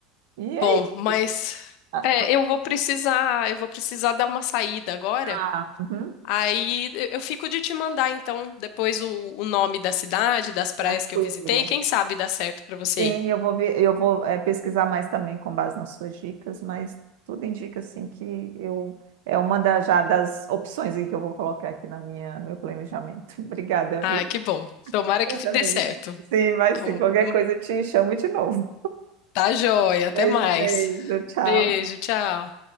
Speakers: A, on the right; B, on the left.
A: E aí?
B: Bom, mas
A: Ah,
B: é, eu vou precisar, eu vou precisar dar uma saída agora.
A: tá. Uhum.
B: Aí eu eu fico de te mandar, então, depois o, o nome da cidade, das praias
A: Tranquilo.
B: que eu visitei. Quem sabe dá certo pra você
A: Sim,
B: ir.
A: eu vou ver, eu vou eh, pesquisar mais também com base nas suas dicas, mas tudo indica assim que eu é uma da, já das opções aí que eu vou colocar aqui na minha, no meu planejamento. <laughs> Obrigada,
B: Ah,
A: viu?
B: que bom. Tomara
A: Obrigada
B: que dê
A: mesmo.
B: certo.
A: Sim, vai sim.
B: Hum,
A: Qualquer coisa eu te chamo de novo.
B: Tá joia. Até
A: Beijo,
B: mais.
A: beijo. Tchau.
B: Beijo, tchau.